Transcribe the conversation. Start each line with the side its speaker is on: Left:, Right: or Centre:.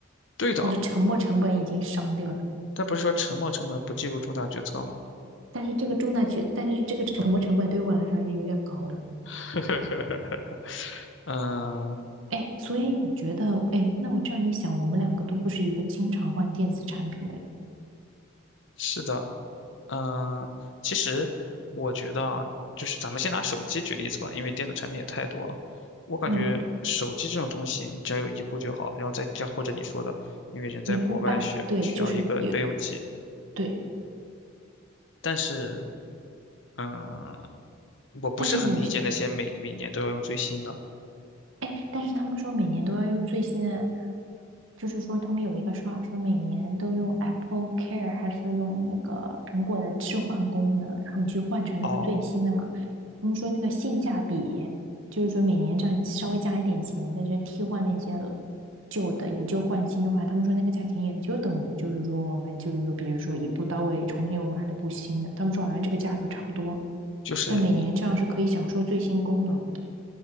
Left: 对的，
Right: 我的沉没成本已经伤掉了。
Left: 但不是说沉没成本不计入重大决策吗？
Right: 但是这个重大决，但是这个沉没成本对我来说还是有点高了。
Left: <laughs> 嗯，
Right: 哎，所以你觉得，哎，那我这样一想，我们两个都不是一个经常换电子产品的人
Left: 是的，嗯，其实我觉得啊，就是咱们先拿手机举例子吧，因为电子产品也太多了。我感觉手机这种东西，
Right: 嗯，
Left: 你只要有一部就好，然后再加或者你说的，因为人在国外需需要一个备用机，
Right: 一步半，对，就是有。对，
Left: 但是嗯，我不是很理解那些每每年都要用最新的。
Right: 但是有些，哎，但是他们说每年都要用最新的，就是说他们有一个说法，说每年都用 Apple Care 还是用那个苹果的置换功能，然后你去换成那个最新的嘛。
Left: 哦，
Right: 他们说那个性价比，就是说每年这样稍微加一点钱，在这替换那些旧的以旧换新的话，他们说那个价钱也就等于就是说我们就是说，比如说一步到位重新又买了部新的，他们说好像这个价格差不多，
Left: 就是你，
Right: 但每年这样是可以享受最新功能的。